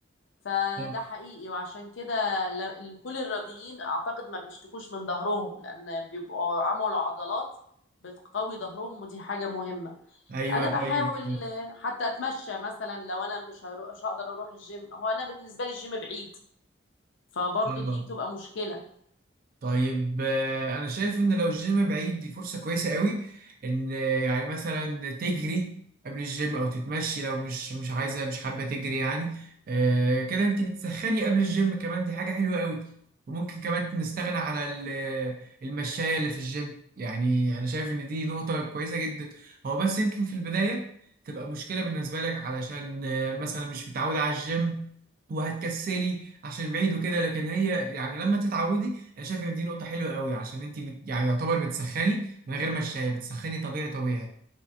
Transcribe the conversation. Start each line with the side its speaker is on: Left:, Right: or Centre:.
Left: فده
Right: مم.
Left: حقيقي وعشان كده ل- كل الرياضيين اعتقد ما بيشتكوش من ظهرهم لان بيبقوا عملوا عضلات بتقوي ظهرهم ودي حاجة مهمة
Right: أيوه
Left: انا بحاول
Right: طيب
Left: آه، حتى اتمشى مثلا لو انا مش هرو- مش هقدر اروح الجيم هو انا بالنسبة لي الجيم بعيد فبرضو
Right: آه.
Left: دي بتبقى مشكلة
Right: طيب آه، انا شايف ان لو الجيم بعيد دي فرصة كويسة قوي ان آه، يعني مثلا تجري قبل الجيم او تتمشي لو مش مش عايزة مش حابة تجري يعني آه، كده انت بتسخني قبل الجيم كمان دي حاجة حلوة قوي وممكن كمان نستغنى على ال- المشاية اللي في الجيم يعني انا شايف ان دي نقطة كويسة جدا هو بس يمكن في البداية تبقى مشكلة بالنسبة لك علشان آه، مثلا مش متعودة على الجيم وهتكسلي عشان بعيد وكده لكن هي يعني لما تتعودي انا شايف ان دي نقطه حلوه قوي عشان انت بت... يعني يعتبر بتسخني من غير ما الشاي بتسخني طبيعي طبيعي